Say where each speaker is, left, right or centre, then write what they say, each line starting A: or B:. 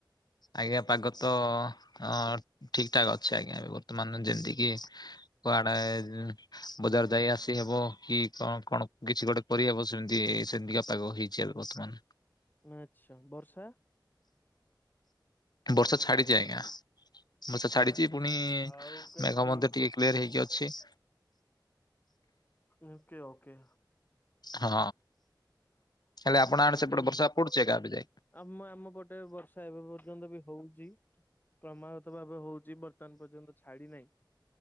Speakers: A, on the left; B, on the left.
A: ଆଜ୍ଞା ପାଗ ତ ଅଁ ଠିକଠାକ ଅଛି ଏବେ ଆଜ୍ଞା ବର୍ତ୍ତମାନ ଯେମିତିକିି କୁଆଡେ ଏଦ୍ ବଜାର ଯାଇ ଆସି ହେବ କି କଣ କଣ କିଛି ଗୋଟେ କରିହବ ସେମିତି ସେମିତିକା ପାଗ ହେଇଛି ଆରୁ। ବର୍ତ୍ତମାନ।
B: ଆଚ୍ଛା ବର୍ଷା?
A: ବର୍ଷା ଛାଡିଚି ଆଜ୍ଞା ବର୍ଷା ଛାଡିଚି
B: ଆଚ୍ଛା
A: ପୁଣି
B: ଆଉ କେମିତି
A: ମେଘ ମଧ୍ୟ ଟିକେ ପ୍ଲେୟର୍ ହେଇକି ଅଛି।
B: Okay okay.
A: ହଁ ହେଲେ ଆପଣ ଆଡେ
B: ଆଉ
A: ସେପଟେ
B: କେମ
A: ବର୍ଷା ପଡୁଚି ଆଜ୍ଞା ଏବେ ଯାଏ?
B: ଆମ ଆମ ପଟେ ବର୍ଷା ଏବେ ପର୍ଯ୍ୟନ୍ତ ବି ହୋଉଚି। କ୍ରମାଗତ ଭାବେ ହୋଉଚି ବର୍ତ୍ତମାନ ପର୍ଯ୍ୟନ୍ତ ଛାଡି ନାଇଁ।